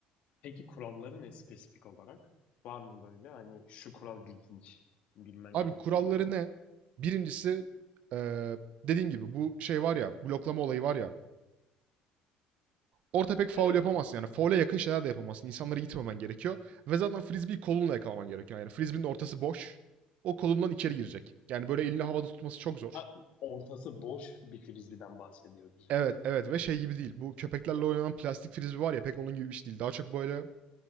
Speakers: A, on the left; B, on the right.
A: Peki kuralları ne spesifik olarak? Var mı böyle hani şu kural ilginç bilmen
B: Abi
A: gerek
B: kuralları
A: dediğin?
B: ne? Birincisi eee dediğin gibi bu şey var ya bloklama olayı var ya. Orta pek faul
A: Evet.
B: yapamazsın yani. Faule yakın şeyler de yapamazsın. İnsanları itmemen gerekiyor. Ve zaten frisbee'yi kolunla yakalaman gerekiyor. Yani frisbee'nin ortası boş. O kolundan içeri girecek. Yani böyle elini havada tutması çok zor.
A: Ha, ortası boş bir frisbeeden bahsediyoruz
B: Evet
A: yani.
B: evet ve şey gibi değil. Bu köpeklerle oynanan plastik frisbee var ya pek onun gibi bir şey değil. Daha çok böyle